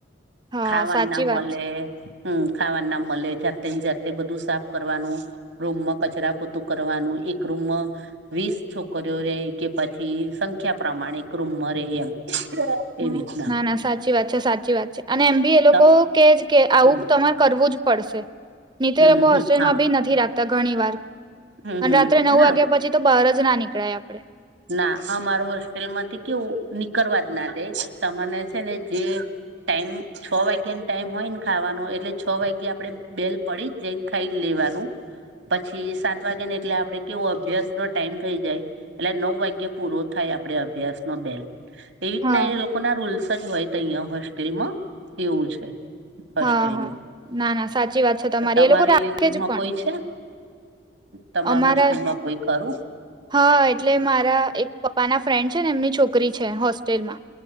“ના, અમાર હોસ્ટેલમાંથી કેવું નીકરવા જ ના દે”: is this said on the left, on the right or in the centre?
Right